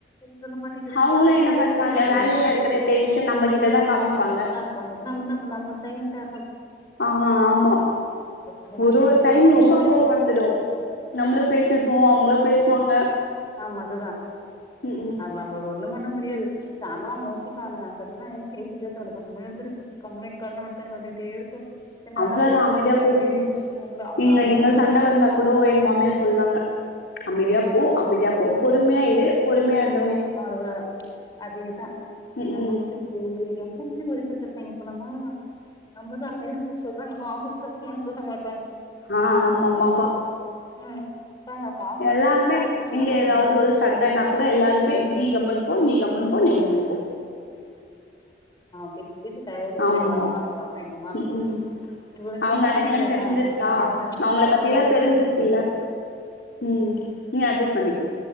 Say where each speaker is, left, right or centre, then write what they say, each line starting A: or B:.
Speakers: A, on the left; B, on the left.
A: சொல்ல மாட்டேங்கறே
B: அவங்களு
A: அப்டி
B: என்ன
A: பண்றேன்
B: பண்ணுவாங்க
A: இப்டி பண்றேனு
B: வேலையில இருக்கிற டென்ஷன் நம்ம கிட்டதா காமிப்பாங்க
A: சாப்டாங்க நம்ம ந பண்ண கொஞ்ச சைலன்ட்டா
B: ஆமா ஆமா
A: சரி நா
B: ஒரு
A: என்ன
B: ஒரு
A: பண்ண
B: டைம்
A: கம்முனு
B: ரொம்ப
A: இருந்துருவ
B: கோவ வந்துடு நம்மளே
A: ம்
B: பேசிருப்போ அவங்களோ பேசுவாங்க
A: ம் ஆமா அதுதா <inaudible>
B: ம்
A: ஒண்ணும் பண்ண முடியாது நா தான் மோஸ்லி நா அந்த அளவுக்குனா எதித்து எதித்து கேட்டாலு கம்முனு இருந்துருது கண்ணடோ கண் வந்துட்டே இருக்கும் என்ன
B: அவ்ளோதா
A: வேணா பேசுவா
B: அமைதியா
A: நீங்க
B: போகுது
A: அப்படின்னு
B: விட்டேன்
A: அவங்கள அவங்க
B: நீங்க
A: அமைதியா
B: இங்க சண்ட வந்தா கூட எங்க
A: ம்
B: மாமியார் சொல்வாங்க அமைதியா
A: ம்
B: போ அமைதியா போ பொறுமையா இரு பொறுமையான
A: அவ்ளதாம் அதேதான்
B: ம்
A: எங்க
B: ம்
A: அம்மா மேல எல்லாம் ஒளி எங்க லமா நம்மதான்றாம்மா அவங்க பசங்க சொல்ல மாட்டேங்க
B: ஆ ஆமாமாப்பா
A: ம் பாருங்க அப்ப அவங்க
B: எல்லாருமே
A: எந்த வார்த்தையும் அவங்கிட்ட சொல்ல
B: இங்க
A: மாட்டாங்கல்ல
B: ஏதாவது ஒரு சண்டைன்னா கூட எல்லாரு நீ கம்மன் போ நீ கம்மன் போ <inaudible>
A: பே <inaudible> டயட்டு போயிடு
B: ஆமா
A: எங்க மாமியார்
B: ம் ம்
A: ரெண்டு
B: அவங்க
A: நிமிஷம்
B: அடங்கலன்னு
A: அமைதியா
B: தெரிஞ்சிச்சா
A: இறே
B: அவங்கள
A: கொஞ்சம்
B: பத்திதா
A: அட்ஜஸ்ட்
B: தெரிஞ்சிச்சுல்ல
A: பண்ணி போயிடு
B: ம் நீ அட்ஜஸ்ட் பண்ணிக்கோ